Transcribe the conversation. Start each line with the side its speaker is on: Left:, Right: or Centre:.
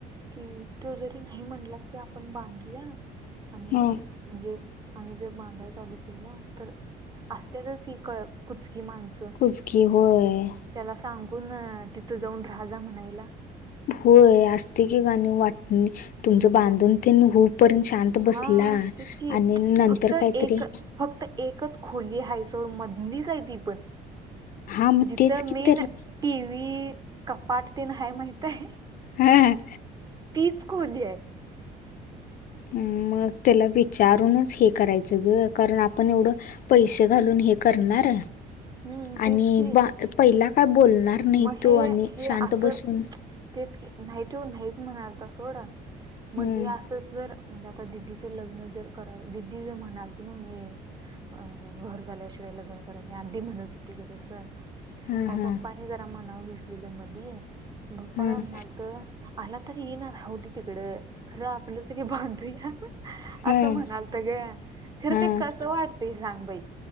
Right: की तो जरी नाही. नाही म्हटलं तरी आपण बांधूया आणि
Left: हां
Right: म्हणजे आम जर बांडा चालू केला तर. असत्यातच ही कळ कुचकी माणसं.
Left: कुचकी होय.
Right: त्याला सांगून तिथं जाऊन राहा म्हणायला.
Left: होय असत की गाणी वाट तुमच बांधून ते होपर्यंत शांत. आ बसला
Right: हा तेच की
Left: आणि नंतर
Right: फक्त
Left: काहीतरी.
Right: एक फक्त एकच खोली हायसोड मधलीच आहे, ती पण.
Left: हा मग
Right: जिथं
Left: तेच की
Right: मेन
Left: तरी
Right: टीवी, कपाट तेन माहित आहे.
Left: ह.
Right: तीच खोली आहे
Left: मग त्याला विचारूनच हे करायचं ग कारण आपण एवढं पैसे घालून हे करणार
Right: हम्म तेच
Left: आणि
Right: की
Left: पहिला काय बोलणार नाही
Right: मग
Left: तो
Right: हे
Left: आणि
Right: हे
Left: शांत
Right: असं
Left: बसून
Right: तेच की माती हो नाहीच म्हणाल तर सोडा मग
Left: हम्म
Right: हे असं जर म्हणजे आता दिदीचं लग्न जर करा दिदी जर म्हणाल त ना म अ घर झाल्याशिवाय लग्न करा आधी म्हणत होती गसं अ
Left: हा हा
Right: पप्पानी जरा मनाव घेतलेलं मध्ये पप्पा
Left: हम्म
Right: काय म्हणाल तर आला तरी येणार हह दे तिकडं खरं आपलं तरी बांधूया
Left: हम्म
Right: असं म्हणाल तर ग खर
Left: हम्म
Right: ते कसं वाटतय सांग बाई